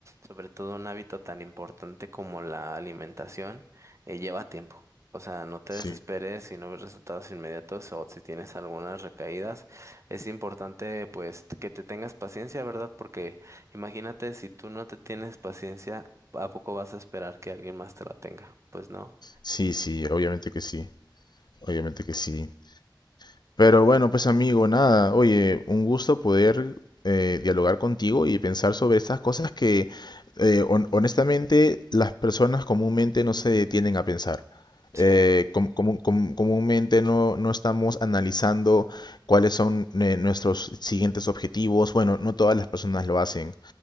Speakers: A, on the right; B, on the left.
A: sobre todo un hábito tan importante como la alimentación, eh, lleva tiempo. O sea, no te
B: sí,
A: desesperes si no ves resultados inmediatos o si tienes algunas recaídas. Es importante pues que te tengas paciencia, ¿verdad? Porque imagínate si tú no te tienes paciencia, ¿a poco vas a esperar que alguien más te la tenga? Pues no.
B: sí, sí, obviamente que sí, obviamente que sí. Pero bueno, pues amigo, nada, oye, un gusto poder eh, dialogar contigo y pensar sobre estas cosas que eh, hon- honestamente las personas comúnmente no se detienen a pensar.
A: Sí.
B: Eh, com- comú- com- comúnmente no, no estamos analizando cuáles son eh, nuestros siguientes objetivos. Bueno, no todas las personas lo hacen.